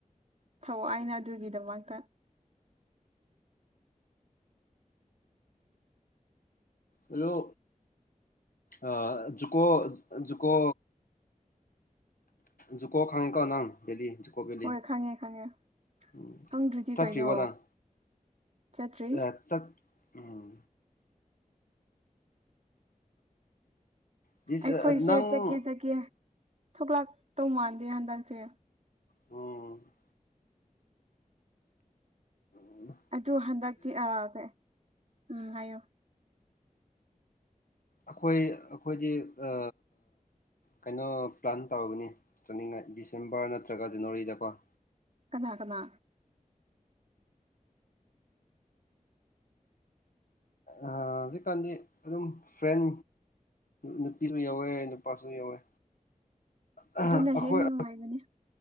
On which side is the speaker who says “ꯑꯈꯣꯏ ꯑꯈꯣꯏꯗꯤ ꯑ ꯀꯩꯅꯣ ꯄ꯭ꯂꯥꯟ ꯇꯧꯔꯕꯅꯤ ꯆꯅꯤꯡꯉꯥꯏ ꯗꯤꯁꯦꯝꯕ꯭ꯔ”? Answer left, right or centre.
Left